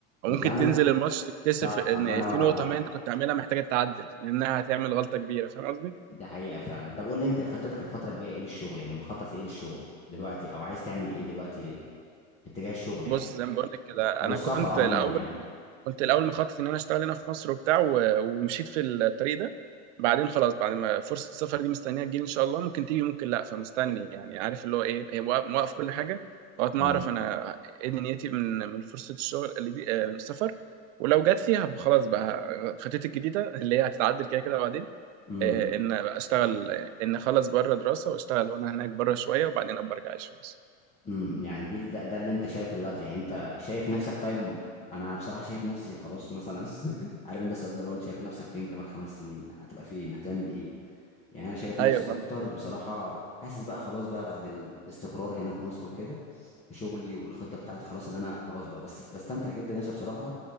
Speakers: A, on the right; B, on the left.
A: او
B: وتبقى
A: ممكن
B: عامل
A: تنزل الماتش تكتشف
B: صح
A: ان
B: الله ينور
A: في نقطه
B: عليك
A: ما انت كنت عاملها محتاجه تعدل لانها هتعمل غلطه كبيره فاهم قصدي
B: ده حقيقة فعلا طب قول لي انت خطتك الفترة الجاية ايه للشغل يعني مخطط لايه للشغل دلوقتي او عايز تعمل ايه دلوقتي باتجاه الشغل
A: بص
B: يعني
A: زي ما بقول لك كده
B: او
A: انا
B: السفر
A: كنت
B: عموما
A: الاول
B: يعني
A: كنت الاول مخطط ان انا اشتغل هنا في مصر وبتاع و- ومشيت في الطريق ده بعدين خلاص بعد ما فرصه السفر دي مستنيه تجيلي ان شاء الله ممكن تيجي ممكن لا فمستني يعني عارف اللي هو ايه هي موقف موقف كل حاجه لغايه ما
B: امم
A: اعرف انا ايه دنيتي من من فرصه الشغل اللي دي آه، السفر ولو جات لي هب- خلاص بقى خطتي الجديده اللي هي هتتعدل كده كده بعدين
B: امم
A: آه، ان اشتغل آه، ان اخلص بره دراسه واشتغل وانا هناك بره شويه وبعدين ابقى ارجع اعيش في مصر
B: امم يعني دي ده, ده اللي انت شايفه دلوقتي يعني انت شايف نفسك طيب انا بصراحه شايف نفسي خلاص مثلا <laughs> عارف انت السؤال ده لو انت شايف نفسك فين كمان خمس سنين هتبقى فين هتعمل ايه يعني انا شايف
A: ايوه
B: نفسي
A: فاهم
B: اكتر بصراحه حاسس بقى خلاص بقى بعد الاستقرار هنا في مصر وكده في شغلي والخطه بتاعتي خلاص اللي انا خلاص بقى بس بستمتع جدا يا اسطى بصراحه